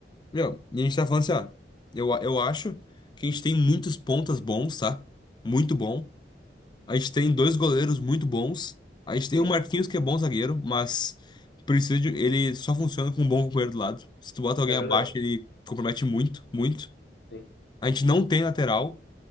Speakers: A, on the left (about 25°); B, on the left (about 65°).
A: Meu, e a gente tá falando assim, ó. Eu, a- eu acho que a gente tem muitos pontas bons, tá? Muito bom. A gente tem dois goleiros muito bons. A gente tem
B: Sim,
A: o Marquinhos, que é bom zagueiro, mas precisa de, ele só funciona com um bom companheiro do lado. Se tu bota alguém
B: é verdade.
A: abaixo, ele compromete muito, muito.
B: Sim,
A: A gente não tem lateral.